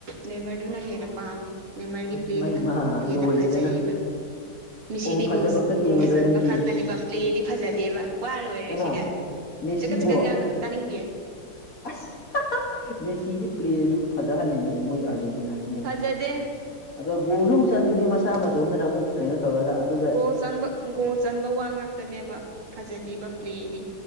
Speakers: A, on the right; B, on the left.
A: ꯅꯦꯃꯔꯗꯨꯅ ꯍꯦꯟꯅ ꯄꯥꯝꯃꯤ ꯅꯦꯃꯔꯒꯤ ꯄ꯭ꯂꯦꯗꯨꯅ
B: ꯏꯃꯥ ꯏꯃꯥ
A: ꯍꯦꯟꯅ
B: ꯂꯣꯏꯔꯦꯗꯅ
A: ꯐꯖꯩꯕ ꯃꯤꯁꯤꯗꯤ
B: ꯑꯣꯍꯣ ꯐꯖꯕ
A: ꯒꯣꯁ
B: ꯈꯛ ꯌꯦꯡꯉꯤꯔꯣ
A: ꯒꯣꯁ ꯆꯟꯕ
B: ꯅꯪꯗꯤ
A: ꯈꯥꯛꯇꯅꯤꯕ꯭ꯂꯗꯤ ꯐꯖꯗꯦꯕ ꯋꯥ ꯂꯣꯏꯔ
B: ꯀꯅꯥ
A: ꯁꯤꯗ
B: ꯃꯦꯁꯤꯕꯣ
A: ꯆꯀꯠ ꯆꯠꯀ ꯌꯥꯥꯡꯒꯅꯨ ꯇꯥꯅꯤꯡꯗꯦ
B: ꯑꯁ ꯃꯦꯁꯤꯗꯤꯦ ꯄ꯭ꯂꯦꯁꯨ ꯐꯖꯍꯜꯂꯤꯅꯦ ꯃꯣꯏ ꯑꯥꯔꯖꯦꯟ ꯁꯤꯅ ꯍꯥꯏꯗꯤ
A: ꯐꯖꯗꯦ
B: ꯑꯗ ꯒꯣꯜꯁꯨ ꯑꯃꯨꯛ ꯆꯅꯦ ꯃꯁꯥ ꯃꯇꯣꯝꯇꯅ ꯑꯃꯨꯛ ꯀꯩꯅꯣ ꯇꯧꯔꯒ ꯑꯗꯨꯒ
A: ꯑꯣ ꯒꯣꯜ ꯆꯪꯕ ꯒꯣꯜ ꯆꯟꯕ ꯋꯥ ꯉꯇꯅꯦꯕ ꯐꯖꯗꯔꯤꯕ ꯄ꯭ꯂꯦꯗꯤ